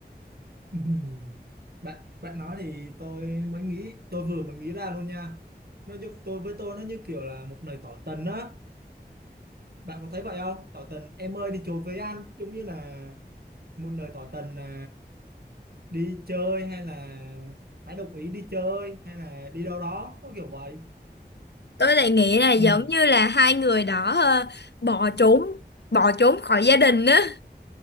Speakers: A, on the right; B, on the left.
A: <laughs> Ừm, bạn bạn nói thì tôi mới nghĩ tôi vừa mới nghĩ ra luôn nha nó giúp tôi với tôi nó như kiểu là một lời tỏ tình á bạn có thấy vậy không tỏ tình em ơi đi chột với anh giống như là một lời tỏ tình là đi chơi hay là hãy đồng ý đi chơi hay là đi đâu đó có kiểu vậy
B: Tôi lại nghĩ là giống
A: <laughs>
B: như là hai người đó ờ, bỏ trốn, bỏ trốn khỏi gia đình á.